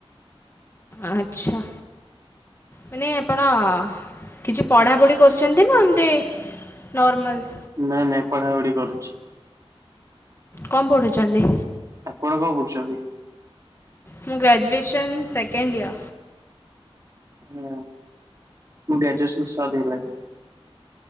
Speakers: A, on the left; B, on the right.
A: ଆଚ୍ଛା। ମାନେ ଆପଣ କିଛି ପଢାପଢି କରୁଛନ୍ତି ନା ଏମିତି ନର୍ମାଲ।
B: ନାଇଁ ନାଇଁ ପଢାପଢି କରୁଛି।
A: କଣ ପଢୁଛନ୍ତି?
B: ଆପଣ କଣ କରୁଛନ୍ତି?
A: ମୁଁ ଗ୍ରାଜୁଏସନ୍ ସେକେଣ୍ଡ୍ ଇୟର।
B: ହୁଁ ମୁଁ ଗ୍ରେଜୁଏସନ୍ ସରି ଗଲାଣି।